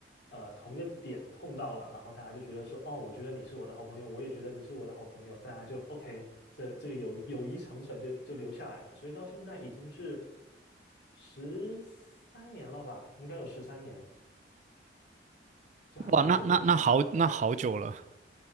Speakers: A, on the left; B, on the right.
A: 呃同一个点碰到了，然后大家就觉得说，哦，我觉得你是我的好朋友，我也觉得你是我的好朋友，大家就 OK，这这个友友谊长存就就留下来了，所以到现在已经是十三年了吧，应该有十三年，就还蛮久的了。
B: 哇，那那那好，那好久了，